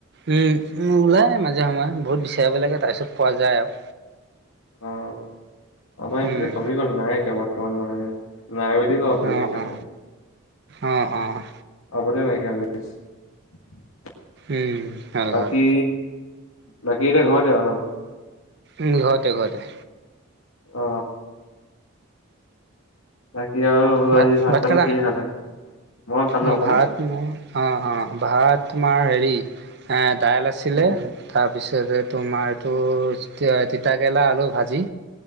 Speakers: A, on the right; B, on the left.
A: উম উম ওলাই মাজে সময়ে বহুত বিচাৰিব লাগে তাৰ পিছত পোৱা যায় আৰু
B: অ' আমাৰ এফালে
A: উম
B: কমি গ'ল নাই এতিয়া বৰ্তমান মানে নাইবধি ক
A: অ
B: কাৰণে।
A: অ অ অ।
B: পাবলে নাইকিয়া হৈ গৈছে
A: উম হয়
B: বাকী
A: হয়
B: বাকী এতিয়া ঘৰতে আৰু নহ।
A: উম ঘৰতে ঘৰতে।
B: অ বাকী আৰু
A: ভাত
B: আজি
A: ভাত
B: পানী
A: খালা
B: কিহে
A: নাই
B: খালে? মই খালো,
A: অ
B: আপুনি?
A: ভাত ম অ অ ভাত তোমাৰ হেৰি দাইল আছিলে
B: উম,
A: তাৰপিছত এনে তোমাৰটো তিতাকেৰেলা আলু ভাজি